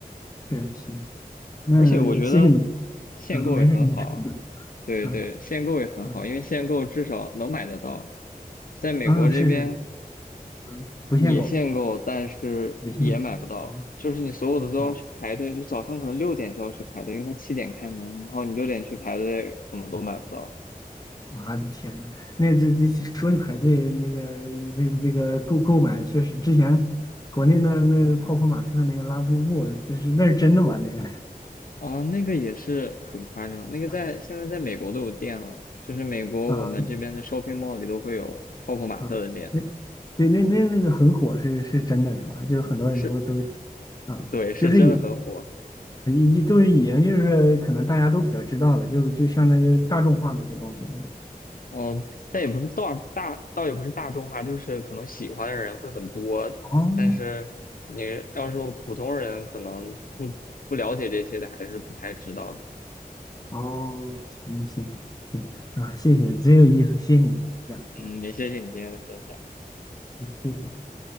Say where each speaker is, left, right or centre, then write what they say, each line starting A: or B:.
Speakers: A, on the left; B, on the left.
A: 是，行，那谢谢你，
B: 而且我觉得限购也很好啊。
A: 嗯，没事，你说，
B: 对对，
A: 嗯
B: 限购也很好，
A: 嗯
B: 因为限购至少能买得到。在美国这边，
A: 嗯，是是，嗯，不限购，
B: 也限购，但是也买不到，
A: 也限购，哦
B: 就是你所有的都要去排队，
A: 哦，
B: 就早上可能六点就要去排队，因为它七点开门，然后你六点去排队，可能都买不到
A: 我的天呐，那这这说起排队，那个那那个购购买，确实之前国内那那泡泡玛特那个拉布布，就是那是真的吗？那个
B: 啊。那个也是很夸张，那个在现在在美国都有店了，
A: 啊。
B: 就是美国我们这边的
A: 啊
B: shopping mall 里都会有泡泡玛特的店，
A: 啊，那对那那那个很火是是真的是吧？就很多人都都
B: 是，
A: 啊，
B: 对，是真的很火。
A: 就是已已经都是已经就是可能大家都比较知道了，就就相当于大众化的一些东西了，对吧？
B: 嗯，但也不是大大，倒也不是大众化，就是可能喜欢的人会很多，
A: 哦，
B: 但是你要是普通人，可能不不了解这些的，还是不太知道的。
A: 哦，行行行啊，谢谢，真有意思，谢谢你这样啊，
B: 嗯，也谢谢你今天的分享。
A: 嗯谢谢。